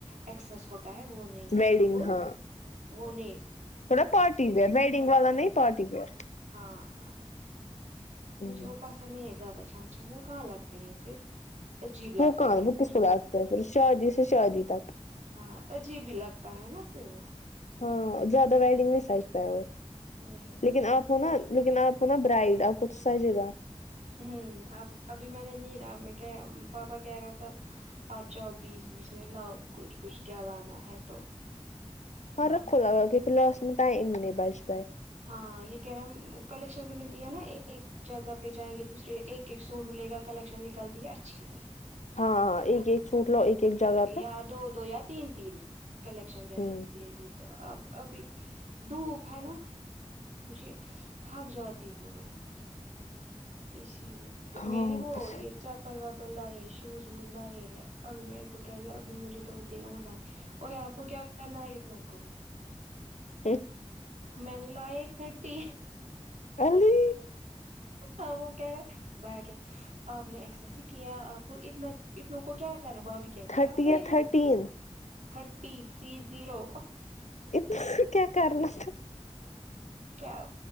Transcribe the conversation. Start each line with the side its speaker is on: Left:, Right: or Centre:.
Right: ایکسس ہوتا ہے وہ نہیں
Left: ویڈنگ
Right: فول فول
Left: ہاں
Right: وہ ن
Left: تھوڑا پارٹی ویئر ویڈنگ والا نہیں پارٹی ویئر
Right: ہاں ہاں
Left: ہوں
Right: مجھے وہ پسند نہیں ہے زیادہ چھم چھم وہ کہاں لگتے ہیں پھر عجیب لگتا
Left: وہ کہاں
Right: ہے
Left: وہ
Right: پھر
Left: کس کو لگتا ہے پھر شادی سے شادی تک
Right: ہاں عجیب ہی لگ تا ہے نا پھر وہ
Left: ہاں زیادہ ویڈنگ میں سجتا ہے
Right: نہیں
Left: لیکن آپ ہو نا لیکن آپ ہو نا برائڈ آپ کو تو سجے گا
Right: ہوں اب ابھی میں نے نلا میں پاپا کہہ رہا تھا آپ جاؤ بیج بیج میں لاؤ کچھ کچھ کیا لانا ہے تو
Left: پر
Right: لاؤ
Left: اسکو لگا کہ فی الحال اس میں ٹائم نہیں بچتا ہے
Right: ہاں یہ کہہ رہے ہیں کلیکشن بھی ملتی ہے نا ایک جگہ پہ جائیں گے دوسرے ایک ایک سوٹ ملے گا کلیکشن نکلتی ہے اچھی ہو
Left: ہاں ہاں ایک ایک فوٹ لو ایک ایک جگہ پہ
Right: یا دو دو یا تین تین کلیکشن جیسے
Left: ہوں
Right: نکلے گی تو اب ابھی دھوپ ہے نا مجھے تھک جاتی ہوں میں اس لیے
Left: ہاں
Right: میں نے وہ یہ چپل واپل لائے ہیں شوز ووز لائے ہے ابھی میں ان کو کہہ رہی ہوں ابھی مجھے دو تین اور لانے اور آپ کو کیا کرنا ہے اتنو کو
Left: ایک
Right: میں نے لائے تھرٹی
Left: ای
Right: ا وہ کہ رہے بیا کہ <unintelligible> آپ نے ایسرس ہی کیا آپ کو اتنا اتنوں کو کیا کرنا بھابھی کہ
Left: تھرٹی
Right: آ کوئی
Left: یا
Right: اتنا
Left: تھرٹین
Right: تھرٹی تھری زیرو
Left: اتنا کیا کرنا تھا
Right: کیا